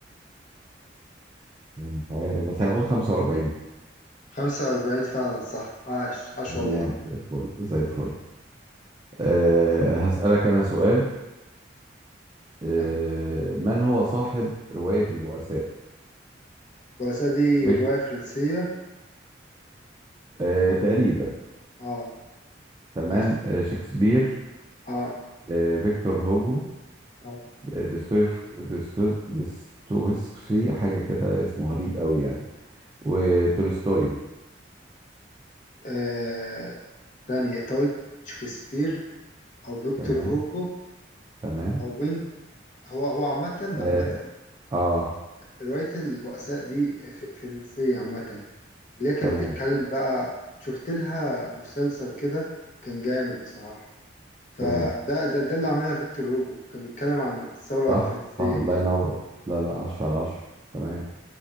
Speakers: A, on the right; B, on the left.
A: مش عارف بس هنقول 45
B: خمسة وأربعين فعلا صح عاش عاش
A: تمام
B: والله
A: زي الفل زي الفل أه هسألك انا سؤال أه
B: تمام
A: من هو صاحب روايه البؤساء
B: الرؤساء دي
A: بيك
B: رواية فرنسية
A: آه تقريبا
B: اه
A: تمام
B: ماشي
A: آه شكسبير
B: اه
A: آه فيكتور هوجو
B: اه
A: آه، دستويف- دستو- دستويفسكي حاجة كده اسمه غريب قوي يعني وتولستوي
B: آه، ثانية انت قلت شكسبير أو فيكتور
A: تمام
B: هوجو
A: تمام
B: او وين هو هو عامة
A: اه,
B: عامة
A: آه
B: رواية البؤساء دي ف- فرنسية عامة اللي هي كانت
A: تمام
B: بتتكلم بقى شفت لها مسلسل كده كان جامد بصراحة فده
A: تمام
B: ده, ده اللي عملها فيكتور هوجو كان بيتكلم عن الثورة
A: صح
B: الفرنسية
A: صح الله
B: وكده
A: ينور لا لا عشرة على عشرة تمام